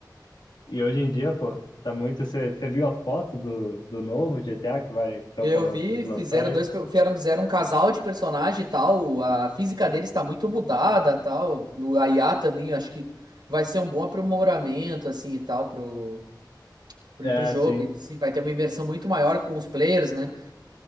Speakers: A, on the left; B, on the right.
A: E hoje em dia, pô, tá muito... Você viu as fotos do, do novo GTA que vai, que estão
B: Eu
A: pra lan-
B: vi,
A: lançar
B: fizeram
A: aí?
B: dois, fizeram, fizeram um casal de personagem e tal. A física deles está muito mudada, tal. O I a também, eu acho que vai ser um bom aprimoramento assim e tal pro pro,
A: É,
B: pro jogo
A: sim.
B: em si, vai ter uma imersão muito maior com os players, né?